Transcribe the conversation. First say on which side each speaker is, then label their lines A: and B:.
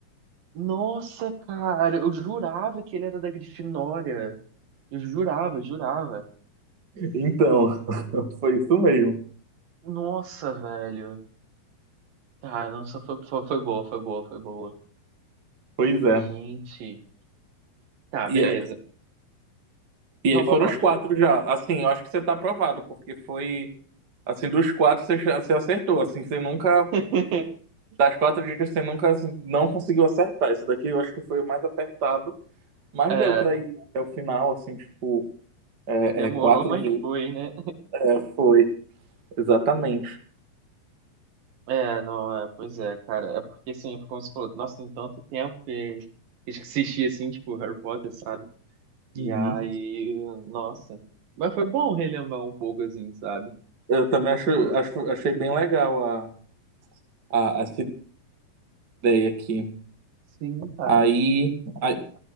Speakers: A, on the right; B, on the right.
A: Nossa, cara, eu jurava que ele era da Grifinória. Eu jurava, jurava.
B: Então, <laughs> foi isso mesmo.
A: Nossa, velho. Tá, nossa, foi, foi, foi boa, foi boa, foi boa.
B: Pois é.
A: Gente. Tá,
B: E,
A: beleza.
B: é- e
A: Não,
B: aí foram
A: pode falar.
B: os quatro já. Assim, eu acho que você tá aprovado, porque foi. Assim, dos quatro você, já- você acertou. Assim, você nunca
A: <laughs>
B: Das quatro dicas, você nunca assim, não conseguiu acertar. Esse daqui eu acho que foi o mais apertado, mas
A: É,
B: deu pra ir né, até o final, assim, tipo, é,
A: demorou,
B: é, quatro
A: mas
B: vezes.
A: foi, né?
B: É, foi, exatamente.
A: É, não, é, pois é, cara. É porque, assim, foi como você falou, nossa, tem tanto tempo que que assisti, assim, tipo, Harry Potter, sabe? E
B: Uhum.
A: aí, nossa. Mas foi bom relembrar um pouco, assim, sabe?
B: Eu também acho,
A: Tipo,
B: acho, achei bem legal a, a, essa ideia aqui.
A: sim, cara,
B: Aí,
A: sim.
B: aí